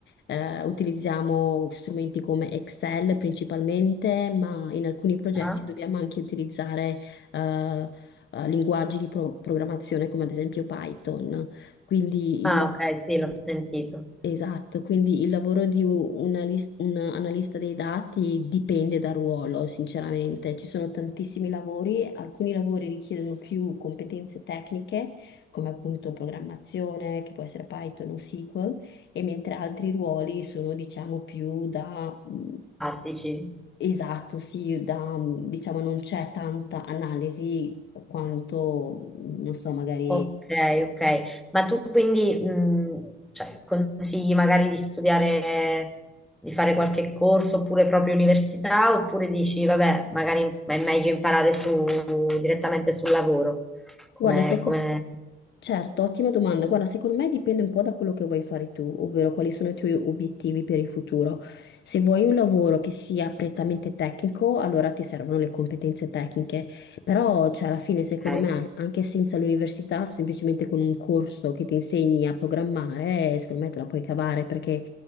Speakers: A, on the left (about 65°); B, in the centre.
A: eh, utilizziamo strumenti come Excel principalmente, ma in alcuni progetti
B: Ah,
A: dobbiamo anche utilizzare eh, eh, linguaggi di pro- programmazione come ad esempio Python. Quindi
B: Ah,
A: il
B: ok, sì, l'ho sentito.
A: Esatto, quindi il lavoro di u- un alis- un analista dei dati dipende dal ruolo, sinceramente. Ci sono tantissimi lavori, alcuni lavori richiedono più competenze tecniche, come appunto programmazione, che può essere Python o SQL, e mentre altri ruoli sono, diciamo, più da, mh,
B: Classici.
A: esatto, sì, da, mh, diciamo, non c'è tanta analisi quanto, mh, non so, magari...
B: Ok, ok. Ma tu quindi mh, cioè, consigli magari di studiare, di fare qualche corso oppure proprio università, oppure dici, vabbè, magari è meglio imparare su- direttamente sul lavoro? Come,
A: Guarda, sai co-
B: come...
A: Certo, ottima domanda. Guarda, secondo me dipende un po' da quello che vuoi fare tu, ovvero quali sono i tuoi obiettivi per il futuro. Se vuoi un lavoro che sia prettamente tecnico, allora ti servono le competenze tecniche, però cioè, alla fine, secondo
B: ok.
A: me, anche senza l'università, semplicemente con un corso che ti insegni a programmare, secondo me te la puoi cavare perché